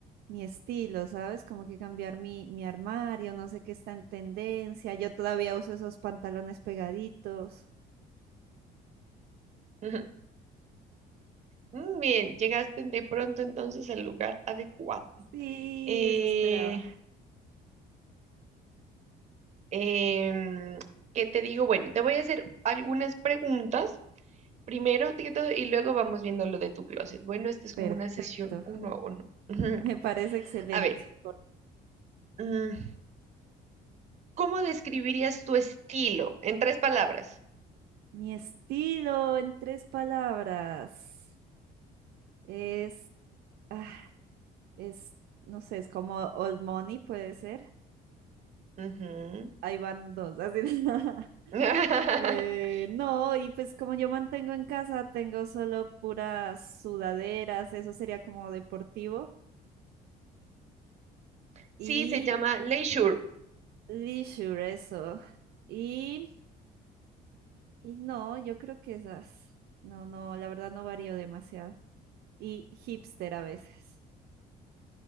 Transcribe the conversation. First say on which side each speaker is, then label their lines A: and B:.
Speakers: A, on the right (about 70°); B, on the right (about 40°).
A: mi estilo, ¿sabes? Como que cambiar mi, mi armario, no sé qué está en tendencia. Yo todavía uso esos pantalones pegaditos.
B: <laughs> Ujú. Mm, Bien, llegaste de pronto entonces al lugar adecuado.
A: Sí,
B: Eh,
A: eso esperaba.
B: em, ¿qué te digo? Bueno, te voy a hacer algunas preguntas. Primero, te- todo, y luego vamos viendo lo de tu closet. Bueno, esta es
A: Perfecto,
B: como una sesión uno
A: <laughs>
B: a uno. Ujú.
A: me parece excelente.
B: A ver, mm, ¿cómo describirías tu estilo en tres palabras?
A: Mi estilo en tres palabras es, ah, es, no sé, es como old money, puede ser.
B: Ujú.
A: Ahí van dos, así. <laughs>
B: <laughs>
A: Eh, no, y pues como yo mantengo en casa, tengo solo puras sudaderas, eso sería como deportivo.
B: Sí,
A: Y
B: se llama leisure.
A: leisure, eso. Y, y no, yo creo que esas. No, no, la verdad no varío demasiado. Y hipster a veces.